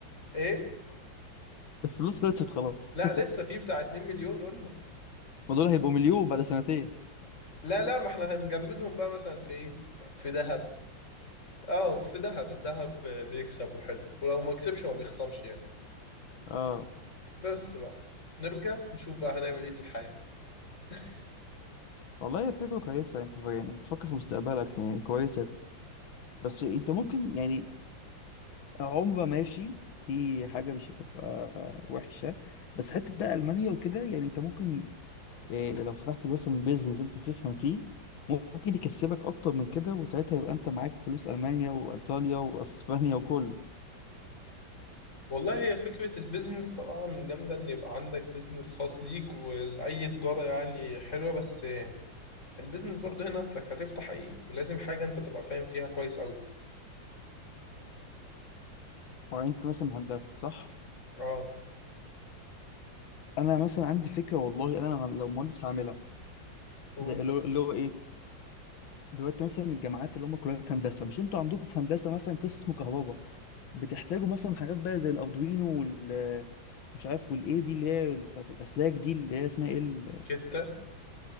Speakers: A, on the left; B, on the left.
A: ايه
B: الفلوس خلصت خلاص
A: لا لسه في بتاع 2 مليون قلنا
B: <laughs> ما دول هيبقوا مليون بعد سنتين
A: لا لا ما احنا هنجمدهم بقى مثلا في ايه في ذهب اه في ذهب الذهب بيكسب وحلو ولو ما كسبش ما بيخسرش يعني
B: اه
A: بس بقى نرجع نشوف بقى هنعمل ايه في الحياة <laughs>
B: والله هي فكره كويسه انت ف- يعني بتفكر في مستقبلك يعني كويسه بس انت ممكن يعني عمره ماشي في حاجه مش هتبقى وحشه بس حته بقى المانيا وكده يعني انت ممكن إيه لو فتحت مثلا بيزنس انت بتفهم فيه ممكن يكسبك اكتر من كده وساعتها يبقى انت معاك فلوس المانيا وايطاليا واسبانيا وكله
A: والله هي فكرة البيزنس طبعا جامدة ان يبقى عندك بيزنس خاص ليك واي تجارة يعني حلوة بس البيزنس برضه هنا اصلك هتفتح ايه ولازم حاجة انت تبقى فاهم فيها كويس قوي
B: هو انت مثلا هندسه صح
A: اه
B: انا مثلا عندي فكره والله انا لو هن- لو مهندس هعملها
A: قول
B: زي اللي
A: بس
B: هو اللي هو ايه دلوقتي مثلا الجامعات اللي هم كليات هندسه مش انتوا عندكم في هندسه مثلا قسم كهرباء بتحتاجوا مثلا حاجات بقى زي الاردوينو وال مش عارف والايه دي اللي هي بتاعت الاسلاك دي اللي هي اسمها ايه ال-
A: شتة